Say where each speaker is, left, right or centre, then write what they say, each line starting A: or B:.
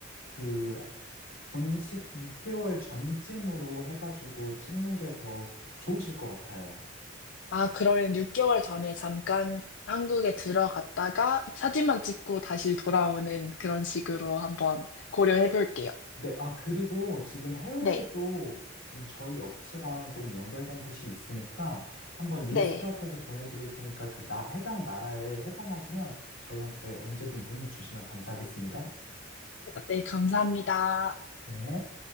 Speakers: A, on the left; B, on the left.
A: 그 본식 6개월 전쯤으로 해가지고 찍는 게 더 좋으실 것 같아요.
B: 아, 그러면 6개월 전에 잠깐 한국에 들어갔다가 사진만 찍고 다시 돌아오는 그런 식으로 한번 고려해 볼게요.
A: 네, 아, 그리고 지금 해외에도
B: 네,
A: 지금 저희 업체랑 조금 연결된 곳이 있으니까 한번 리스트업해서
B: 네.
A: 보내드릴 테니까 그 나, 해당 나라에 해당하시면 저희한테 언제든 문의 주시면 감사하겠습니다.
B: 네, 감사합니다.
A: 네.